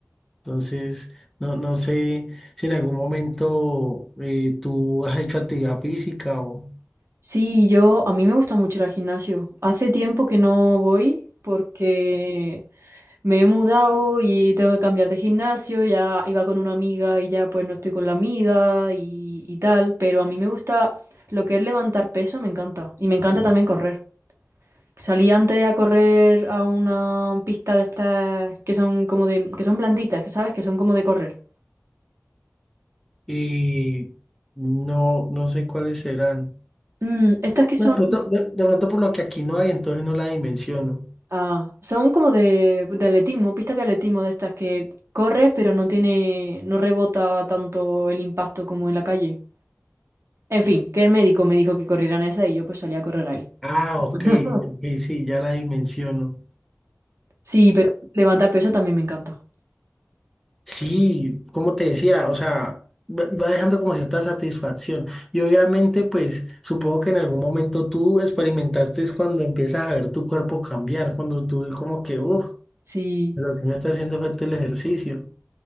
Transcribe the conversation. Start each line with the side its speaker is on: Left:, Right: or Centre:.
Centre: Entonces, no, no sé si en algún momento eh, tú has hecho actividad física o
Right: Sí, yo, a mí me gusta mucho ir al gimnasio. Hace tiempo que no voy porque Me he mudado y tengo que cambiar de gimnasio, ya iba con una amiga y ya pues no estoy con la amiga y, y tal, pero a mí me gusta lo que es levantar peso, me encanta. Y me encanta también correr. Salí antes a correr a una pista de estas que son como de, que son blanditas, que sabes que son como de correr.
Centre: y no, no sé cuáles serán.
Right: Mm, estas que
Centre: No,
Right: son,
Centre: de pronto, de- de pronto por lo que aquí no hay, entonces no la dimensiono.
Right: ah, son como de, de atletismo, pistas de atletismo de estas que corres pero no tiene, no rebota tanto el impacto como en la calle. En fin, que el médico me dijo que corrieran esa y yo pues salí a correr ahí.
Centre: Ah, ok,
Right: <laughs>
Centre: ok, sí, ya la dimensiono.
Right: Sí, pero levantar peso también me encanta.
Centre: Sí, como te decía, o sea, va va dejando como cierta satisfacción. Y obviamente, pues supongo que en algún momento tú experimentaste es cuando empiezas a ver tu cuerpo cambiar, cuando tú como que, uff,
Right: Sí,
Centre: pero sí me está haciendo falta el ejercicio.